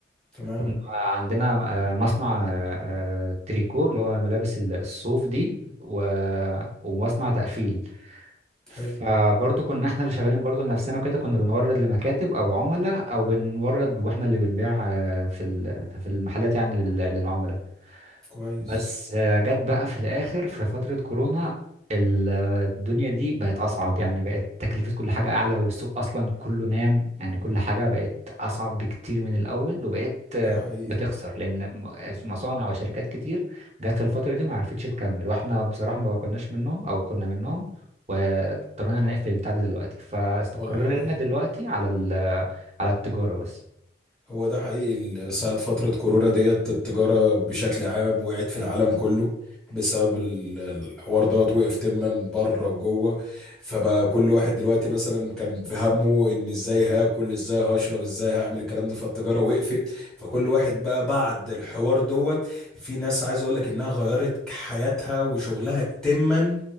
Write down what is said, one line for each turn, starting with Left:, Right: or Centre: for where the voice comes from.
Centre: تمام
Right: كنا عندنا آه، مصنع آه، آه، تريكو اللي هو ملابس الصوف دي و... ومصنع تقفيل فبرضه
Centre: حلو
Right: كنا احنا اللي شغالين برضه لنفسنا وكده كنا بنورد لمكاتب او عملاء او بنورد واحنا اللي بنبيع آه، في ال- في المحلات يعني لل- للعملاء
Centre: كويس
Right: بس آه، جت بقى في الاخر في فترة كورونا ال- الدنيا دي بقت اصعب يعني بقت تكلفة كل حاجة اعلى والسوق اصلا كله نام يعني كل حاجة بقت اصعب بكتير من الاول وبقت آه،
Centre: ده حقيقي
Right: بتخسر لان م- مصانع وشركات كتير جت في الفترة دي ما عرفتش تكمل واحنا بصراحة ما كناش منهم او كنا منهم واضطرينا نقفل البتاع ده دلوقتي فاستقرينا
Centre: والله
Right: دلوقتي على ال- على التجارة بس
Centre: هو ده حقيقي ال- ساعة فترة كورونا ديت التجارة بشكل عام وقعت في العالم كله بسبب ال- الحوار دوت وقف تما بره وجوه فبقى كل واحد دلوقتي مثلا كان في همه ان ازاي هاكل ازاي هشرب ازاي هعمل الكلام ده فالتجارة وقفت فكل واحد بقى بعد الحوار دوت في ناس عايز اقول لك انها غيرت حياتها وشغلها تما